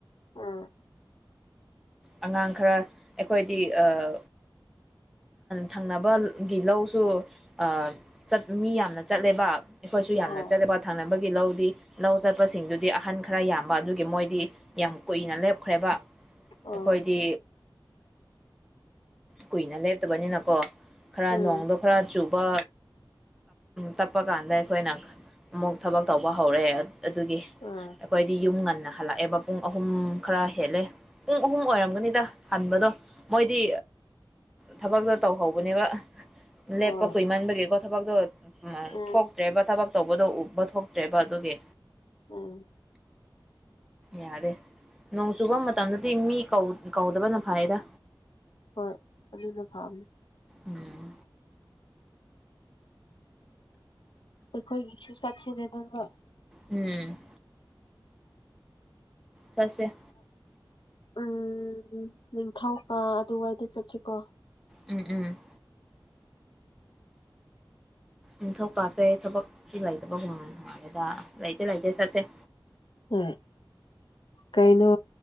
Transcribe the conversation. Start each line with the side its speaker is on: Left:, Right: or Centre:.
Left: ꯑꯥ
Centre: ꯑꯉꯥꯡ ꯈꯔ ꯑꯩꯈꯣꯏꯗꯤ ꯑꯥ ꯊꯪꯅꯕꯒꯤ ꯂꯧꯁꯨ ꯑꯥ ꯆꯠ ꯃꯤ ꯌꯥꯝꯅ ꯆꯠꯂꯦꯕ ꯑꯩꯈꯣꯏꯁꯨ
Left: ꯑꯣ
Centre: ꯌꯥꯝꯅ ꯆꯠꯂꯦꯕ ꯊꯪꯅꯕꯒꯤ ꯂꯧꯗꯤ ꯂꯧ ꯆꯠꯄꯁ‌ꯦ ꯁꯤꯡꯗꯨꯗꯤ ꯑꯍꯟ ꯈꯔ ꯌꯥꯝꯕ ꯑꯗꯨꯒꯤ ꯃꯣꯏꯗꯤ ꯌꯥꯝ ꯀꯨꯏꯅ ꯂꯦꯞꯈ꯭ꯔꯦꯕ
Left: ꯑꯣ
Centre: ꯑꯩꯈꯣꯏꯗꯤ ꯀꯨꯏꯅ ꯂꯦꯞꯇꯕꯅꯤꯅꯀꯣ ꯈꯔ
Left: ꯎꯝ
Centre: ꯅꯣꯡꯗꯣ ꯈꯔ ꯆꯨꯕ ꯇꯞꯄ ꯀꯥꯟꯗ ꯑꯩꯈꯣꯏꯅ ꯑꯃꯨꯛ ꯊꯕꯛ ꯇꯧꯕ ꯍꯧꯔ‌ꯦ ꯑꯗꯨꯒꯤ
Left: ꯑꯥ
Centre: ꯑꯩꯈꯣꯏꯗꯤ ꯌꯨꯝ ꯉꯟꯅ ꯍꯜꯂꯛꯑꯦꯕ ꯄꯨꯡ ꯑꯍꯨꯝ ꯈꯔ ꯍꯦꯜꯂꯦ ꯄꯨꯡ ꯑꯍꯨꯝ ꯑꯣꯏꯔꯝꯒꯅꯤꯗ ꯍꯟꯕꯗꯣ ꯃꯣꯏꯗꯤ ꯊꯥꯕꯛꯇꯣ ꯇꯧꯍꯧꯕꯅꯦꯕ ꯂꯦꯞꯄ
Left: ꯍꯣꯏ
Centre: ꯀꯨꯏꯃꯟꯕꯒꯤ ꯀꯣ ꯊꯥꯕꯛꯇꯣ
Left: ꯎꯝ
Centre: ꯊꯣꯛ ꯇ꯭ꯔꯦꯕ ꯊꯥꯕꯛ ꯇꯧꯕꯗꯣ ꯎꯕ ꯊꯣꯛꯇ꯭ꯔꯦꯕ ꯑꯗꯨꯒꯤ
Left: ꯑꯝ
Centre: ꯌꯥꯗꯦ ꯅꯣꯡ ꯆꯨꯕ ꯃꯇꯝꯗꯗꯤ ꯃꯤ ꯀꯧ ꯀꯧꯗꯕꯅ ꯐꯩꯗ
Left: ꯍꯣꯏ ꯑꯗꯨꯅ ꯐꯥꯕꯅꯦ
Centre: ꯎꯝ
Left: ꯑꯩꯈꯣꯏꯒꯤꯁꯨ ꯆꯠꯁꯤꯅꯦꯗ ꯅꯪꯒ
Centre: ꯑꯝ ꯆꯠꯁꯦ
Left: ꯎꯝ ꯅꯤꯡꯊꯧꯀ ꯑꯗꯨꯋꯥꯏꯗ ꯆꯠꯁꯤ ꯀꯣ
Centre: ꯎꯝ ꯎꯝ ꯅꯤꯡꯊꯧꯀꯁꯦ ꯊꯥꯕꯛꯀꯤ ꯂꯩꯇꯕ ꯃꯥꯜꯂꯤꯗ ꯂꯩꯇꯦ ꯂꯩꯇꯦ ꯆꯠꯁꯦ
Left: ꯎꯝ ꯀꯩꯅꯣ